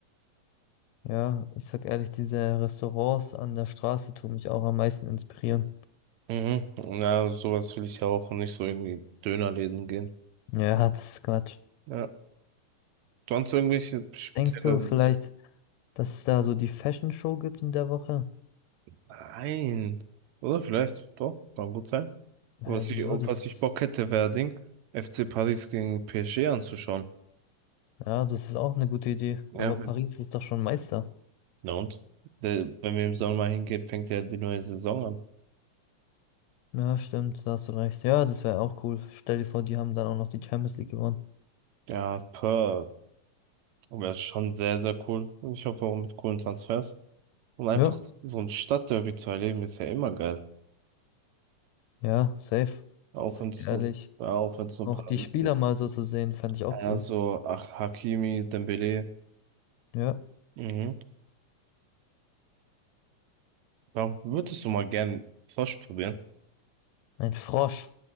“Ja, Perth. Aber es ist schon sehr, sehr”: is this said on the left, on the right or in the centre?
Right